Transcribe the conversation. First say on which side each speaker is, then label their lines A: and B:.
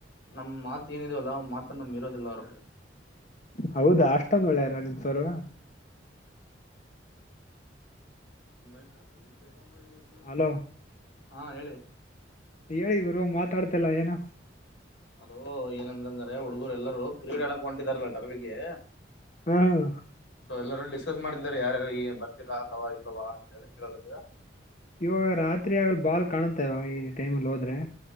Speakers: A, on the left; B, on the left.
A: ನಮ್ಮ್ ಮಾತ ಏನಿದ ಅಲ್ಲ ಮಾತನ್ನ ಮೀರೋದಿಲ್ಲ ಅವರು
B: ಹೌದಾ ಅಷ್ಟೊಂದ್ ಒಳ್ಳೆಯಾರ ನಿಮ್ ಸರು
A: ನ ಕಾತುರಿತ ಕ ಮಾಡ <inaudible>
B: ಹಲೋ
A: ಹಾ ಹೇಳಿ
B: ಹೇಳಿ ಗುರ್ ಮಾತಾಡ್ತಿಲ್ಲಾ ಏನು
A: ಅಲೋ ಏನಂದಂದ್ರೆ ಹುಡುಗರು ಎಲ್ಲರೂ ಕ್ರೀಡಾಡಕಕ್ ಹೊಂಟಿದಾರಲ್ಲ ಟರ್ಬಿಗೆ
B: ಹ್ಮ್
A: ಎಲ್ಲರೂ ಡಿಸ್ಕಸ್ ಮಾಡಿದಿದ್ದಾರೆ ಯಾರ ಈ ಬರ್ತಿರ ಅತವಾ ಇಲ್ಲವಾ ಅಂತ ಹೇಳಿ ಕೀಳತ್ತಿದ
B: ಇವಾಗ ರಾತ್ರಿ ಆಗಲ್ ಬಾಲ್ ಕಾಣತ ಇವ ಈ ಟೈಮಲ್ಲಿ ಹೋದ್ರೆ.